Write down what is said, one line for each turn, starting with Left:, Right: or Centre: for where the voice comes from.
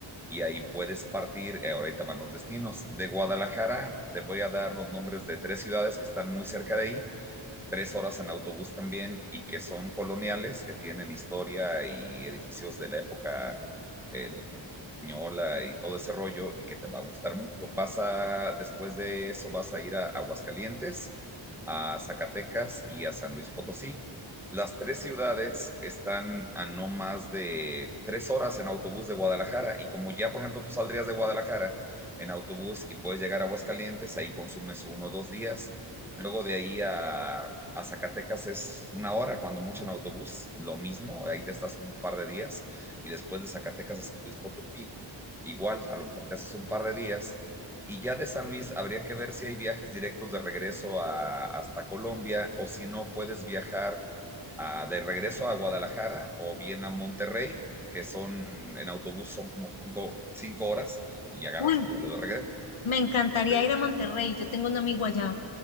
Centre: y ahí puedes partir, eh, ahorita van los destinos. De Guadalajara te voy a dar los nombres de tres ciudades que están muy cerca de ahí, tres horas en autobús también y que son coloniales, que tienen historia y edificios de la época eh, española y todo ese rollo y que te va a gustar mucho. Vas a, después de eso vas a ir a Aguascalientes, a Zacatecas y a San Luis Potosí. Las tres ciudades están a no más de tres horas en autobús de Guadalajara y como ya, por ejemplo, tú saldrías de Guadalajara en autobús y puedes llegar a Aguascalientes, ahí consumes uno o dos días. Luego de ahí a, a Zacatecas es una hora, cuando mucho en autobús, lo mismo, ahí te estás un par de días y después de Zacatecas a San Luis Potosí, igual, a lo mejor te haces un par de días, y ya de San Luis habría que ver si hay viajes directos de regreso a, hasta Colombia o si no puedes viajar a- de regreso a Guadalajara o bien a Monterrey, que son en autobús son como cinco, cinco horas y agarras
Left: Uy,
Centre: tu vuelo de regreso.
Left: Me encantaría
Centre: Este,
Left: ir a Monterrey, yo tengo un amigo allá.